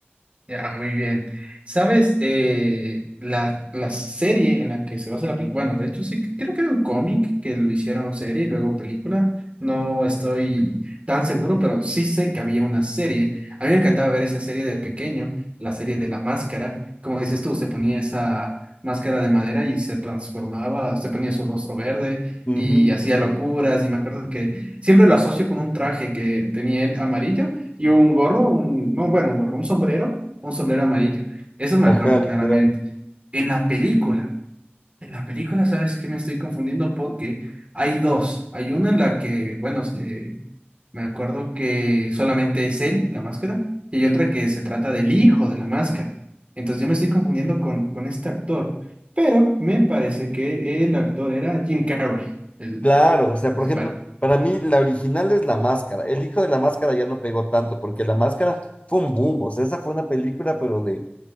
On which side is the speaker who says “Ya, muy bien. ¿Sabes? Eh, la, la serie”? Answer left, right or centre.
Right